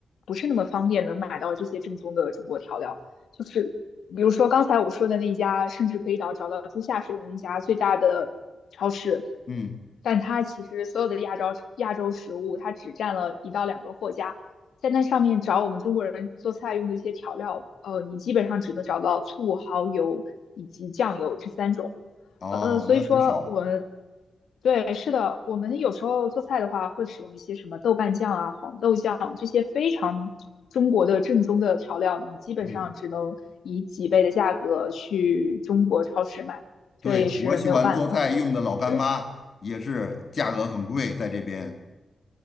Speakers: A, on the left; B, on the left.
A: 不是那么方便能买到这些正宗的中国调料。就是比如说刚才我说的那家，甚至可以找找到猪下水的那家最大的超市，
B: 嗯，
A: 但它其实所有的亚洲亚洲食物，它只占了一到两个货架，在那上面找我们中国人做菜用的一些调料，呃，你基本上只能找到醋、蚝油以及酱油这三种。
B: 哦，
A: 呃，所以说我们
B: 那很少。
A: 对是的，我们有时候做菜的话，会使用一些什么豆瓣酱啊、黄豆酱这些非常中国的正宗的调料，你基本上只能以几倍的价格去中国超市买，
B: 嗯，
A: 这也是没有办法。
B: 对，我喜欢做菜用的老干妈也是价格很贵，
A: 对，嗯。
B: 在这边。